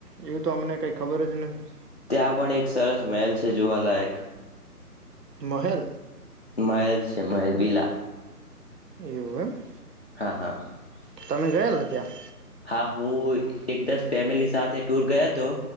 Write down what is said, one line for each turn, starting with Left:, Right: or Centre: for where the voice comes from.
Right: એવું તો અમને કઈ ખબર જ નથી.
Left: ત્યાં પણ એક સરસ મહેલ છે જોવાલાયક.
Right: મહેલ
Left: મહેલ છે મહેલ. બલા.
Right: એવું.
Left: <inaudible>
Right: તમે ગયેલ ત્યાં.
Left: હા હું એક દસ ફેમિલી સાથે ટૂર ગયો હતો